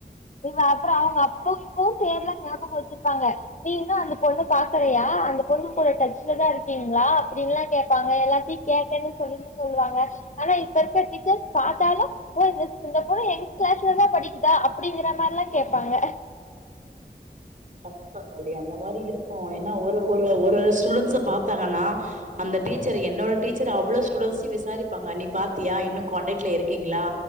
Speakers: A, on the left; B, on the right.
A: இவ அப்புறொ அவ்ங்க அப்ப இப்பவு பேர்லா ஞாபொகொ வெச்சிர்ப்பாங்க நீ இன்னு அந்த பொண்ணு பாக்கறயா அந்த பொண்ணுங் கூட டச்லதா இருக்கீங்ளா அப்புடின்லா கேப்பாங்க எல்லாத்தியு கேட்டன்னு சொல்லுன்னு சொல்வாங்க ஆனா இப்பர் ஸ டிச்சர்ஸ் பாத்தாலு ஓ இந் இந்த பொண்ணு எங்க கிளாஸ்ல தா படிக்குதா அப்டிங்கிற மாறில்லா கேப்பாங்க
B: கத் தா தோழி அந்த மாரி இருப்பொ ஏனா ஒரு ஒரு ஒரு ஸ்டூடென்ஸ பாத்தாங்கன்னா அந்த டீச்சர் என்னோட டீச்சர் அவ்ளோ ஸ்டூட்ன்ஸையு விசாரிப்பாங்க நீ பாத்தியா இன்னு காண்டாக்ட்ல இருக்கீங்களா